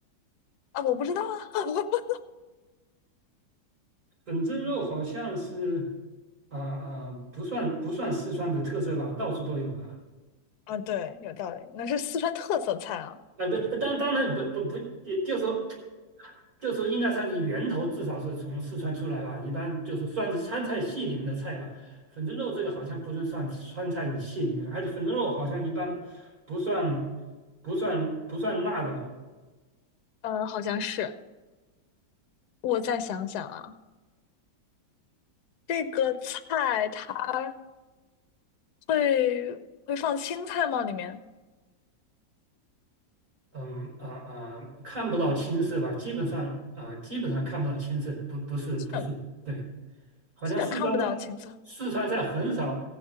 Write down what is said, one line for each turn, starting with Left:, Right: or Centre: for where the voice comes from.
Left: 啊，我不知道啊。
Right: 粉蒸肉好像是啊啊、不算不算四川的特色吧，到处都有吧。
Left: <laughs> 啊，对，有道理，那是四川特色菜啊。
Right: 呃，不，当当然不不不，也就说就说应该算是源头，至少是从四川出来吧。一般就是算是川菜系里面的菜吧。粉蒸肉这个好像不是算川菜系里面的，而且粉蒸肉好像一般不算不算不算辣的吧。
Left: 嗯，好像是。我再想想啊。这个菜它会会放青菜吗？里面
Right: 嗯啊啊、看不到青色吧，基本上啊、基本上看不到青色，不不是不是，
Left: 基本
Right: 对。好像四川菜，
Left: 基本看不到青菜。
Right: 四川菜很少，